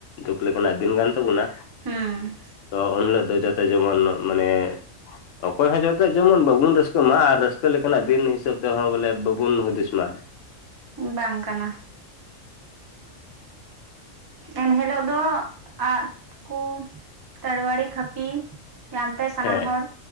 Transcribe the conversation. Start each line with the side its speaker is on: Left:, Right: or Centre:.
Left: ᱫᱩᱠ ᱞᱮᱠᱟᱱᱟᱜ ᱫᱤᱱ ᱠᱟᱱ ᱛᱟᱵᱚᱱᱟ
Right: ᱦᱮᱸ
Left: ᱛᱚ ᱩᱱᱦᱤᱞᱳ ᱫᱚ ᱡᱟᱛᱮ ᱡᱮᱢᱚᱱ ᱢᱟᱱᱮ ᱚᱠᱚᱭ ᱦᱚᱸ ᱡᱚᱛᱚ ᱡᱮᱢᱚᱱ ᱵᱟᱵᱚᱱ ᱨᱟᱹᱥᱠᱟᱹ ᱢᱟ ᱟᱨ ᱨᱟᱹᱥᱠᱟᱹ ᱞᱮᱠᱟᱱᱟᱜ ᱫᱤᱱ ᱦᱤᱥᱟᱹᱵ ᱛᱮᱦᱚᱸ ᱵᱚᱞᱮ ᱵᱟᱵᱚᱱ ᱦᱩᱫᱤᱥ ᱢᱟ᱾
Right: ᱵᱟᱝ ᱠᱟᱱᱟ᱾ ᱮᱱᱦᱤᱞᱳᱜ ᱫᱚ ᱟᱜ ᱠᱚ ᱛᱟᱲᱣᱟᱲᱤ ᱠᱷᱟᱹᱯᱤ ᱮᱟᱱᱛᱮ ᱥᱟᱱᱟᱢ
Left: ᱦᱮᱸ
Right: ᱦᱚᱲ